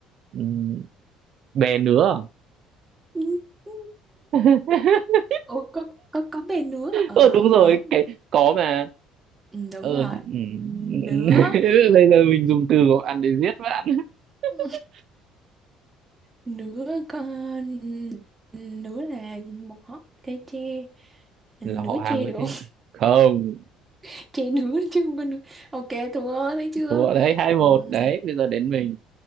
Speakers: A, on the right (about 55°); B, on the right (about 20°).
A: Ừm, bè nữa
B: <laughs>
A: à? <laughs>
B: Ủa, có có có bè nữa ờ
A: ờ
B: hơi
A: đúng
B: có
A: rồi cái có mà
B: ừ, đúng
A: ờ
B: rồi
A: ừm. <laughs>
B: nữa
A: bây giờ mình dùng từ của bạn để giết bạn <laughs>
B: Ừ. nửa con nửa là một hót trái tre nửa
A: là họ hàng
B: tre
A: với
B: được
A: thế
B: không
A: không
B: <laughs> tre nửa chứ không có nửa ok thua thấy chưa
A: thua đấy hai một
B: ừm
A: đấy bây giờ đến mình